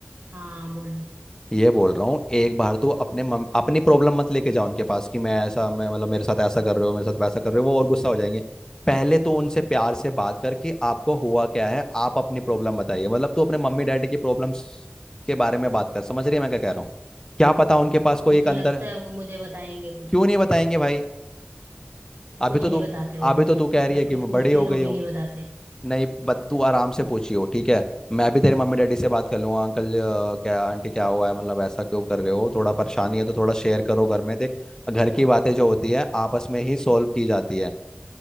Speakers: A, on the right; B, on the left.
A: हाँ बोलो
B: ये बोल रहा हूँ एक बार तो अपने मम, अपनी प्रॉब्लम मत लेके जाओ उनके पास कि मैं ऐसा मैं मतलब मेरे साथ ऐसा कर रहे हो मेरे साथ वैसा कर रहे हो वो और गुस्सा हो जाएंगे पहले तो उनसे प्यार से बात करके आपको हुआ क्या है आप अपनी प्रॉब्लम बताइए मतलब तू अपने मम्मी डैडी की प्रॉब्लम्स के बारे में बात कर समझ रही है मैं क्या कह रहा हूँ क्या पता उनके पास कोई
A: तुमको
B: एक अंदर
A: लगता है वो मुझे बताएंगे कुछ
B: क्यों नहीं बताएंगे भाई अभी
A: कुछ
B: तो
A: नहीं
B: तू
A: बताते वो
B: अभी
A: मुझे
B: तो तू कह रही
A: मैं
B: है
A: कुछ
B: कि मैं
A: पूछती
B: बड़ी हो
A: हूँ
B: गई
A: तो भी
B: हूँ
A: नहीं बताते
B: नहीं बट तू आराम से पूछियो ठीक है मैं भी तेरे मम्मी डैडी से बात कर लूंगा अंकल अ, क्या आंटी क्या हुआ है मतलब ऐसा क्यों कर रहे हो थोड़ा परेशानी है तो थोड़ा शेयर करो घर में देख घर की बातें जो होती है आपस में ही सॉल्व की जाती है